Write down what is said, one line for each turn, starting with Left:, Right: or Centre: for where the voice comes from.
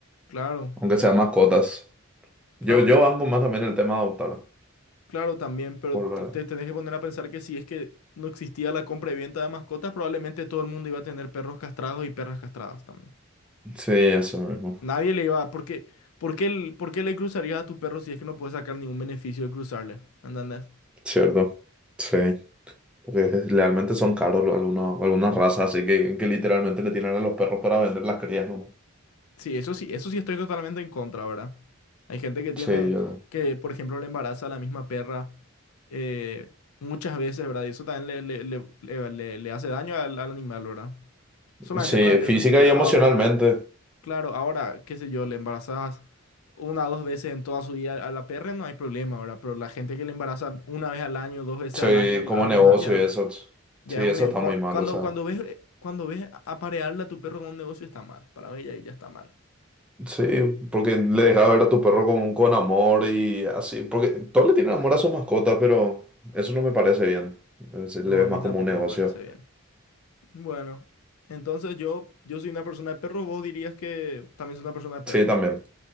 Left: Claro,
Centre: aunque sean mascotas. Yo,
Left: claro,
Centre: yo
Left: tam-
Centre: banco más también el tema de adoptar.
Left: Claro, también, pero
Centre: Por,
Left: t- te tenés que poner a pensar que si es que no existía la compra y venta de mascotas, probablemente todo el mundo iba a tener perros castrados y perras castradas también.
Centre: eh, sí, eso mismo.
Left: Nadie le iba a... ¿Por qué, por qué, el- por qué le cruzarías a tu perro si es que no puedes sacar ningún beneficio de cruzarle? ¿Entendés?
Centre: Cierto. Sí, porque realmente son caros lo- algunos, algunas razas, así que, que literalmente le tienen a los perros para vender las crías, ¿no?
Left: Sí, eso sí, eso sí estoy totalmente en contra, ¿verdad? Hay gente que tiene,
Centre: Sí, yo
Left: que por ejemplo le embaraza a la misma perra eh, muchas veces, ¿verdad? Y eso también le, le, le- le- le- le hace daño al, al animal, ¿verdad? Solamente
Centre: Sí,
Left: para vender
Centre: física
Left: su cría.
Centre: y emocionalmente.
Left: Ahora... Claro, ahora, qué sé yo, le embarazas una o dos veces en toda su vida a la perra, no hay problema, ahora. Pero la gente que le embaraza una vez al año, dos veces
Centre: Sí,
Left: al año al,
Centre: como
Left: al animal,
Centre: negocio
Left: ya,
Centre: y eso.
Left: ya
Centre: Sí,
Left: es un...
Centre: eso
Left: ne-
Centre: está
Left: cu-
Centre: muy mal,
Left: Cuando,
Centre: o sea.
Left: cuando ves, eh, cuando ves aparearle a tu perro con un negocio está mal, para mí ya, ya está mal.
Centre: Sí, porque le dejas ver a tu perro con, con amor y así. Porque todos le tienen amor a su mascota, pero eso no me parece bien. Es- le
Left: No,
Centre: ves
Left: a mí
Centre: más
Left: tampoco
Centre: como un negocio.
Left: me parece bien. Bueno, entonces yo, yo soy una persona de perros, vos dirías que también soy una persona de
Centre: Sí,
Left: perros.
Centre: también.